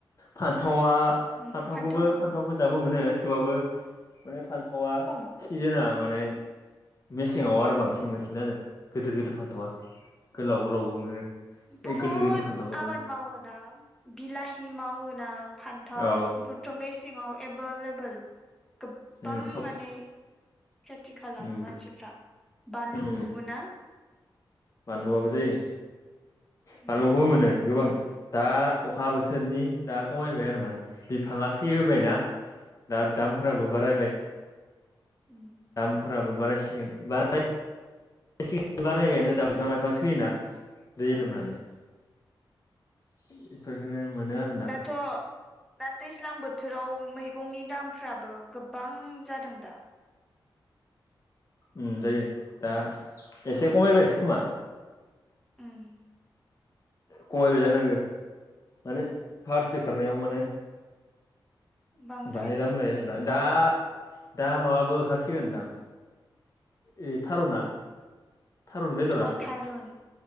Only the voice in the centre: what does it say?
उम
फान्थाव
खम
बुहुद
आबाद मावोना बिलााहि मावोना फान थाव
बेफोरथ' मेसेंआव एभेलेबोल गोबां
माने खेथि खालामो
मानसिफ्रा बानलुखौबो
ना।
उम
उम
औ
दाथ' दा दैज दैज्लां बोथोराव मैगंनि दामफ्राबो गोबां जादों दा।
माने
उम।
बांद्राय
अ थारुन